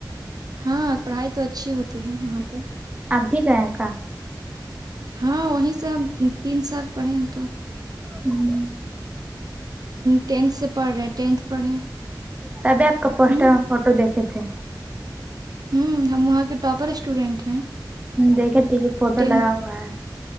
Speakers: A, on the right; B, on the right.
A: ہاں پڑھائی تو اچھی ہوتی ہے وہاں پہ
B: آپ بھی گئے کا
A: ہاں وہیں سے ہم تین سال پڑھے ہیں تو
B: ہممم
A: ٹینتھ سے پڑھ رہے ہیں ٹینتھ پڑھے
B: تبھی آپ کا پوسٹر
A: ہوں
B: میں فوٹو دیکھے تھے
A: ھمم ہم وہاں کے ٹاپر اسٹوڈنٹ ہیں
B: دیکھے تھے کہ فوٹو
A: ٹین
B: لگا ہوا ہے